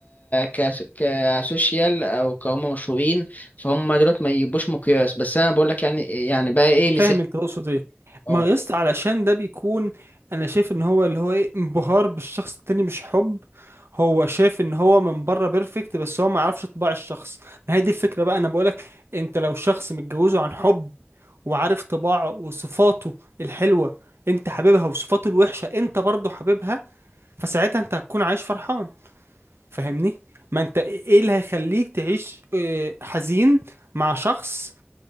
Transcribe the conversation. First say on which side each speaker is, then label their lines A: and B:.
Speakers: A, on the left; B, on the right.
A: ك... كسوشيال أو كهم مشهورين فهم دولت ما يبقوش مقياس بس أنا بقول لك يعني يعني بقى إيه
B: فاهم
A: مثال
B: انت تقصد ايه
A: أه
B: ما يا اسطى علشان ده بيكون انا شايف ان هو اللي هو ايه انبهار بالشخص التاني مش حب هو شايف ان هو من بره بيرفكت بس هو ما يعرفش طباع الشخص ما هي دي الفكره بقى انا بقولك انت لو شخص متجوزه عن حب وعارف طباعه وصفاته الحلوه انت حاببها وصفاته الوحشه انت برضه حاببها فساعتها انت هتكون عايش فرحان فاهمني ما انت ايه اللي هيخليك تعيش اه، حزين مع شخص